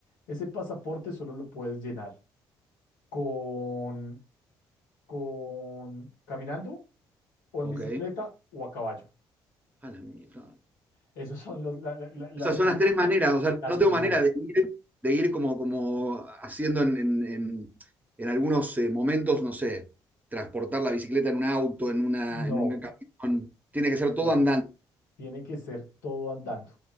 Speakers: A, on the left; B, on the right.
A: Ese pasaporte solo lo puedes llenar con, con caminando o en
B: ok.
A: bicicleta o a caballo.
B: A la mierda.
A: Esos son los, la- la- la- las
B: Esas son
A: tres,
B: las tres maneras, o sea,
A: las
B: no tengo
A: tres
B: manera
A: maneras.
B: de ir, de ir como, como haciendo en, en- en- en algunos eh, momentos, no sé, transportar la bicicleta en un auto, en una,
A: No,
B: en un camión. Tiene que ser
A: no.
B: todo andando.
A: Tiene que ser todo andando.